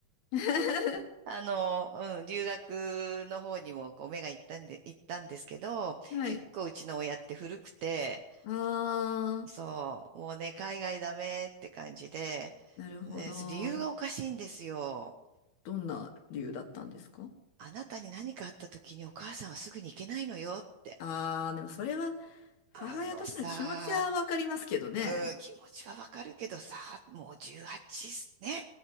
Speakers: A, on the left (about 85°); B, on the right (about 70°).
A: <laughs>
B: あの、うん、留学の方にもこう目が行ったんで、行ったんですけど、
A: はい。
B: 結構うちの親って古くて、
A: あ
B: そう、もうね、海外ダメって感じで、
A: ー、なるほど。
B: で、そ理由がおかしいんですよ。
A: どんな理由だったんですか
B: あなたに何かあった時にお母さんはすぐに行けないのよって。
A: ああー、でもそれは
B: あのさ、
A: 母親としての気持ちはわかりますけどね。
B: うん、気持ちはわかるけどさ、もう18ね